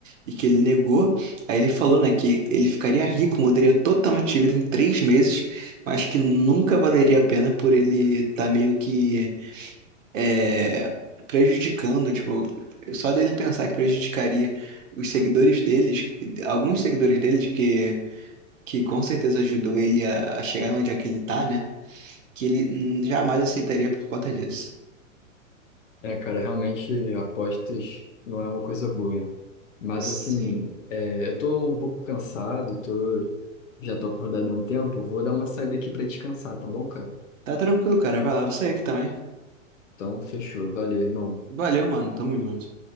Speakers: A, on the right (about 70°); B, on the left (about 70°).
A: e que ele negou. Aí ele falou, né, que ele ficaria rico, mudaria totalmente de vida em três meses, mas que nunca valeria a pena por ele estar meio que é, prejudicando, tipo, só dele pensar que prejudicaria os seguidores deles, alguns seguidores deles que, que com certeza ajudou ele a, a chegar onde é que ele tá, né? Que ele hum, jamais aceitaria por conta disso.
B: É, cara, realmente apostas não é uma coisa boa. Mas
A: Sim.
B: assim, é, eu tô um pouco cansado, tô, já tô acordado há um tempo, vou dar uma saída aqui pra descansar, tá bom, cara?
A: Tá tranquilo, cara. Vai lá, você é aqui também.
B: Então, fechou. Valeu, irmão.
A: Valeu, mano. Tamo junto.